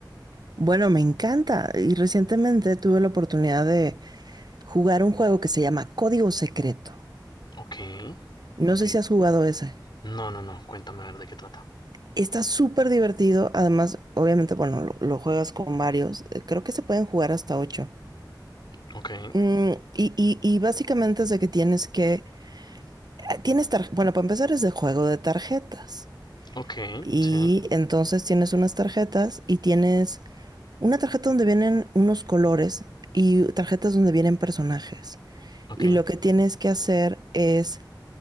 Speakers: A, on the right; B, on the left.
A: Bueno, me encanta y recientemente tuve la oportunidad de jugar un juego que se llama Código Secreto.
B: Ok,
A: No
B: ok,
A: sé si has jugado ese.
B: No, no, no. Cuéntame a ver de qué trata.
A: Está súper divertido. Además, obviamente, bueno, lo, lo juegas con varios. Eh, Creo que se pueden jugar hasta ocho.
B: Ok,
A: Mm, y, y- y básicamente es de que tienes que... ah, Tienes tar- Bueno, para empezar es de juego de tarjetas.
B: ok,
A: Y
B: sí,
A: entonces tienes unas tarjetas y tienes una tarjeta donde vienen unos colores y tarjetas donde vienen personajes.
B: ok,
A: Y lo que tienes que hacer es